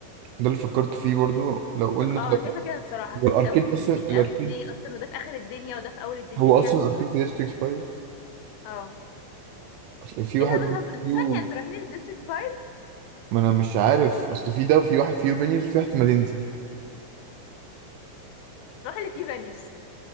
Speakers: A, on the right (about 80°); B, on the left (about 80°).
A: ده اللي فكرت فيه برضو لو قلنا
B: روح اه انا شايفة كده بصراحة
A: هو
B: فاكس
A: الاركيد
B: قوي التحديد
A: اصلا الاركيد
B: قوي وليه اصلا وده في اخر الدنيا وده في اول الدنيا
A: هو
B: ليه
A: اصلا
B: عشان
A: الاركيد في ديستريكت 5
B: اه
A: أصل في واحد
B: انت بتهزر انتوا
A: فيو
B: ثانية انتوا رايحين الديستريكت 5
A: ما انا مش عارف اصل في ده وفي واحد فيو فينيوز وفي واحد في مدينتي
B: روحوا اللي فيه فانيوس